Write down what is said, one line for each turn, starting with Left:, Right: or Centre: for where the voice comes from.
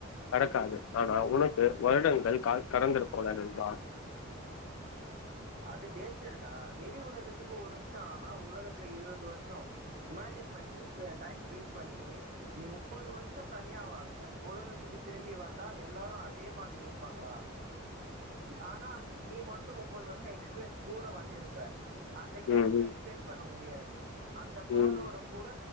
Left: கடக்காது ஆனா உனக்கு வருடங்கள் கால் கடந்துருக்குல்ல நண்பா
Right: அது டேஞ்சருடா வெளி உலகத்துக்கு ஒரு நிம்ஷோ ஆனா உலகத்துல இருவது வர்ஷோ இமேஜின் பண்ணி ப டைம் ஃப்ரீஸ் பண்ணி நீ முப்பது வர்ஷோ தனியா வாழ்ற உலகத்துக்கு திரும்பி வந்தா எல்லாரு அதே மாதிரி இருப்பாங்களா ஆனா அங்க நீ மட் சொல்வோம் முப்பது வர்ஷ எக்ஸ்பீரியன்ஸ் கூட வந்திருப்ப அந்த கேப்ல
Left: ம் ம்
Right: எக்ஸ்பிளைன் பண்ண முடி டியாது அந்த பவரோட
Left: ம்
Right: கூட